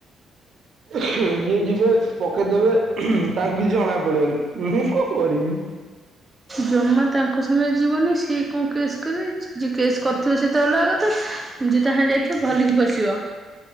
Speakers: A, on the right; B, on the right.
A: ଇଏ ଯିବେ, ପକେଇଦେବେ, ତାଙ୍କୁ କିଛି ଜଣା ପଡିବନି, ମୁଁ କଣ କରମି?
B: ଜମା ତାଙ୍କ ସାଙ୍ଗରେ ଯିବନି, ସିଏ କଣ କେସ୍ କରିବେ, ଯିଏ କେସ୍ କରିଥିବ ସେ ତ ଅଲଗା କଥା, ଯିଏ ତା ସାଙ୍ଗରେ ଯାଇଥିବ, ଭଲିକି ଫସିବ।